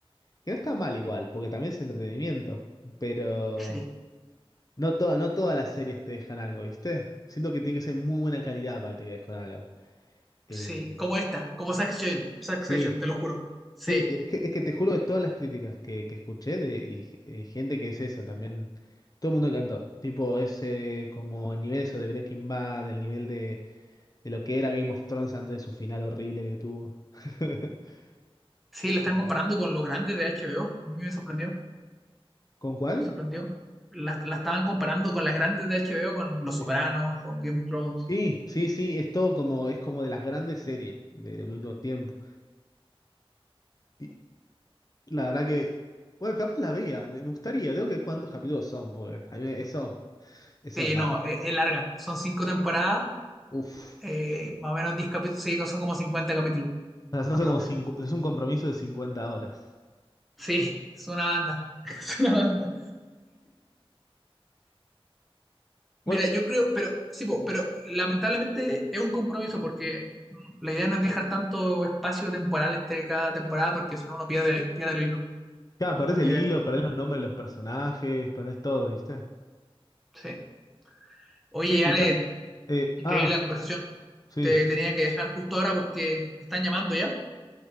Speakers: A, on the left (about 40°); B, in the centre.
A: Que no está mal igual, porque también es entretenimiento, pero
B: Sí,
A: no, toda, no todas las series te dejan algo, ¿viste? Siento que tiene que ser muy buena calidad para que te quedes con algo. Eh,
B: sí, como esta, como Succession, Succession,
A: sí,
B: te lo juro. Sí,
A: Sí, te- es que, es que te juro de todas las críticas que, que escuché de y, eh, gente que es eso también, todo el mundo encantó. Tipo, es eh, como el nivel eso de Breaking Bad, el nivel de, de lo que era Game of Thrones antes de su final horrible que tuvo. <laughs>
B: sí, la están
A: Eh,
B: comparando con lo grande de HBO, a mí me sorprendió.
A: ¿Con cuál?
B: me sorprendió. La, la estaban comparando con las grandes de HBO, con
A: Sí.
B: Los Sopranos, con Game of Thrones.
A: Sí, sí, sí, es todo como, es como de las grandes series del último tiempo. Y la verdad que, bueno, capaz la vea, me me gustaría, tengo que ver cuántos capítulos son, porque a mí eso, eso
B: Sí,
A: me mata.
B: no, es, es larga. Son cinco temporadas,
A: Uf.
B: eh, más o menos 10 capítulos. Sí, son como 50 capítulos,
A: O sea, son
B: aprox.
A: como cincu- es un compromiso de cincuenta horas.
B: Sí, es una banda. <laughs> Es una banda.
A: Bueno,
B: Mira, yo creo, pero sí, po, pero lamentablemente es un compromiso porque la idea no es dejar tanto espacio temporal entre cada temporada porque si no uno pierde, pierde el hilo.
A: claro, perdés
B: No es
A: el
B: lo ideal.
A: hilo, perdés los nombres de los personajes, perdés todo, ¿viste?
B: Sí. Oye,
A: Che, escuchá.
B: Ale,
A: eh,
B: increíble
A: ah,
B: la conversación.
A: sí.
B: Te tenía que dejar justo ahora porque me están llamando ya.